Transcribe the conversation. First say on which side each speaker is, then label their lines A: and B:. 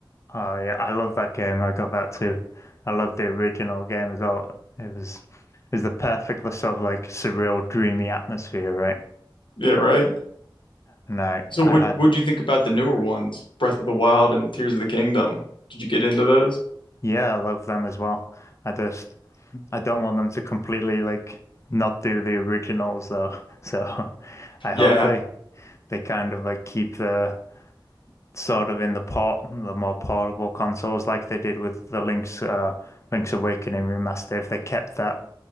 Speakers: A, on the left (about 35°); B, on the left (about 75°).
A: Oh yeah, I love that game. I got that too. I love the original game as well. It was it was the perfect sort of like surreal, dreamy atmosphere, right?
B: Yeah, right?
A: And I
B: So
A: I
B: what
A: had
B: what do you think about the newer ones, Breath of the Wild and Tears of the Kingdom? Did you get into those?
A: yeah, I love them as well. I just I don't want them to completely like not do the originals though. <laughs> So I
B: Yeah,
A: hope they they kind of like keep the sort of in the port the more portable consoles like they did with the Link's uh Link's Awakening remaster. If they kept that